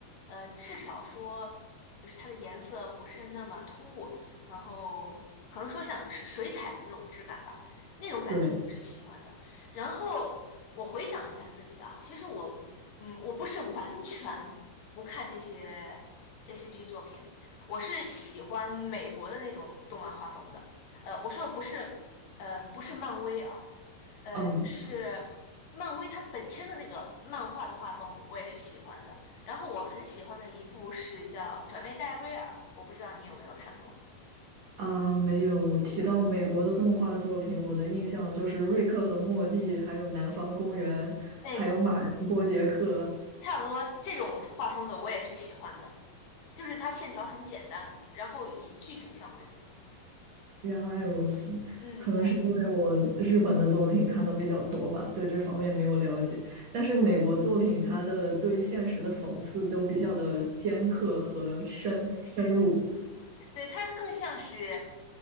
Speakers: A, on the left; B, on the right.
A: 呃，至少说就是它的颜色不是那么突兀，然后可能说像是水彩的那种质感吧，那种感觉是喜欢的。
B: 对，
A: 然后我回想了一下自己啊，其实我，嗯，我不是完全不看这些 ACG 作品，我是喜欢美国的那种动漫画风的。呃，我说的不是，嗯、不是漫威啊。呃，
B: 哦
A: 就是漫威它本身的那个漫画的画风我也是喜欢的，然后我很喜欢的一部是叫《转妹戴维尔》，我不知道你有没有看过？
B: 啊，没有提到美国的动画作品，我的印象就是《瑞克和莫蒂》，还有《南方公园》，
A: 哎，
B: 还有《马人波杰克》
A: 差不多这种画风的我也是喜欢的，就是它线条很简单，然后以剧情向为主。
B: 原来如此，
A: 嗯，
B: 可能是因为我日本的作品看的比较多吧，
A: 对，
B: 对这方面没有了解。但是美国作品，它的对现实的讽刺都比较的尖刻和深深入，
A: 对，它更像是，